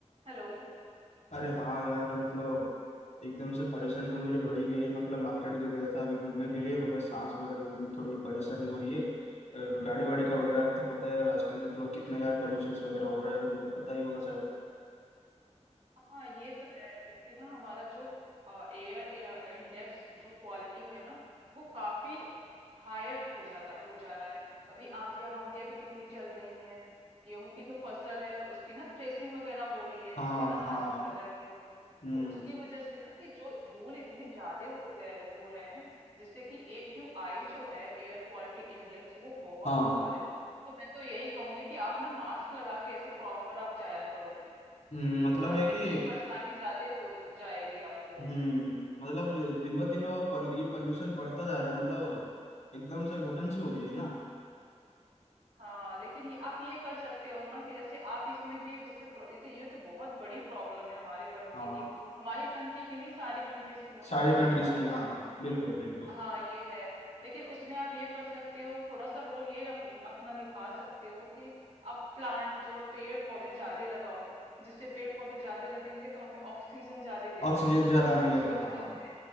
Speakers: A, on the right; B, on the left.
A: Hello
B: अरे हाँ यार मतलब एकदम से परेशानी तो मेरी बढ़ ही गई है मतलब मार्केट जो गया था अभी घूमने के लिए वगैरह सांस वगैरह लेने में थोड़ी परेशानी हो रही है और गाड़ी वाड़ी का वगैरह का तो पता है आजकल मतलब कितना यार पोल्यूशन वगैरह हो रहा है तुझे तो पता ही होगा शायद
A: हाँ ये तो है क्योंकि ना हमारा जो एयर इंडेक्स जो क्वालिटी है ना वो काफी हायर हो जाता हो जा रहा है अभी आंधियां वांधियां भी कितनी चल रही हैं गेहूं की जो फसल है उसकी ना थ्रेसिंग वगैरह हो रही है
B: हाँ
A: जिससे अनाज
B: हाँ
A: निकल रहा है गेहूं
B: हम्म
A: तो उसकी वजह से ना कि जो धूल इतने ज्यादा हो गए हो रहे हैं जिससे कि AQI जो है एयर क्वालिटी इंडेक्स वो बहुत
B: हाँ
A: ऊपर है तो मैं तो यही कहूंगी कि आप ना मास्क लगा के ऐसे प्रॉपर आप जाया करो
B: हम्म, मतलब
A: है ना
B: है
A: क्योंकि
B: कि
A: ये परेशानी ज्यादा हो जाएगी आपको
B: हम्म मतलब दिन ब दिन वो पल- ये पॉल्यूशन बढ़ता जा रहा है मतलब एकदम से घुटन सी हो रही है ना
A: हाँ लेकिन ये आप ये कर सकते हो ना कि जैसे आप इसमें भी जैसे प्र- ये तो ये तो बहुत बड़ी प्रॉब्लम है हमारी कंट्री
B: हाँ
A: की हमारी कंट्री की नहीं सारी कंट्रीज की मोस्टली
B: सारी
A: यही
B: कंट्रीज
A: प्रॉब्लम
B: की हाँ
A: है
B: बिल्कुल बिल्कुल
A: हाँ ये है लेकिन उसमें आप ये कर सकते हो थोड़ा सा रोल ये अप, अपना निभा सकते हो कि आप प्लांट जो है पेड़ पौधे ज्यादा लगाओ जिससे पेड़ पौधे ज्यादा लगेंगे तो हमें ऑक्सीजन ज्यादा देंगे
B: ऑक्सीजन ज्यादा मिलेगा
A: जिसकी वजह
B: हाँ
A: से